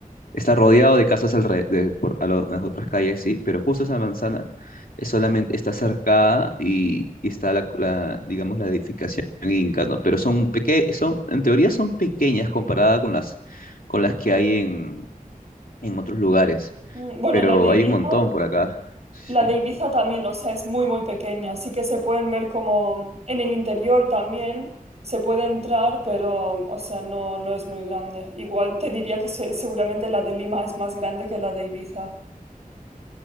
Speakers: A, on the left (about 75°); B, on the right (about 45°).
A: Está rodeado de casas alre- de- por, a lo- las otras calles, sí, pero justo esa manzana es solamente, está cercada y, y está la, la, digamos, la edificación inca, ¿no? Pero son peque, son, en teoría son pequeñas comparada con las, con las que hay en, en otros lugares,
B: Mm, bueno,
A: pero
B: la de Ibiza.
A: hay un montón por acá, sí.
B: La de Ibiza también, o sea, es muy, muy pequeña. Así que se pueden ver como en el interior también se puede entrar, pero, o sea, no, no es muy grande. Igual te diría que se- seguramente la de Lima es más grande que la de Ibiza.